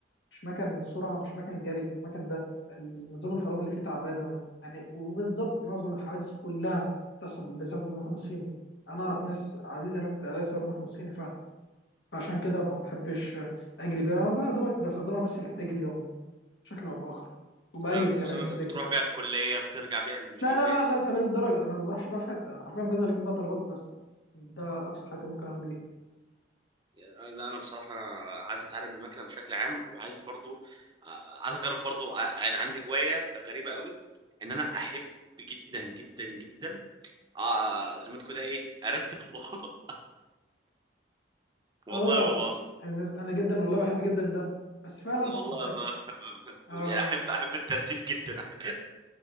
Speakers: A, on the left; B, on the right.
A: مش مكن سرعه مش مكن جري المكن ده النظام الفرامل اللي فيه تعبانه يعني وبالظبط معظم الحوادث كلها بتحصل بسبب المكن الصيني انا اعرف ناس عزيزه ماتت عليها بسبب المكن الصيني فعلا فعشان كده ما بحبش اجري بيها بقى يا دوبك بستخدمها بس لاحتياج اليوم بشكل او باخر وبقلل
B: يعني بتسافر
A: كمان الاحتياج
B: بتروح
A: ده
B: بيها الكلية بترجع بيها مش
A: لا
B: عارف
A: لا
B: ايه
A: لا ليس لهذه الدرجه انا ما بروحش بقى في حته انا حرفيا بنزل اجيب بقى طلبات بس ده اقصى حاجه ممكن اعمل بيها
B: يعني أنا- لا انا بصراحة أنا عايز اتعلم المكنة بشكل عام وعايز برضو آه، عايز اجرب برضو ع- يعني عندي هواية غريبة قوي ان انا احب جدا جدا جدا آه زي ما تكون ايه ارتب الأوضة <laughs> والله
A: اه
B: ما بهزر
A: الناس- انا جدا والله بحب جدا ده بس فعلا
B: والله
A: انت
B: ما <laughs>
A: اه
B: يعني احب احب الترتيب جدا احب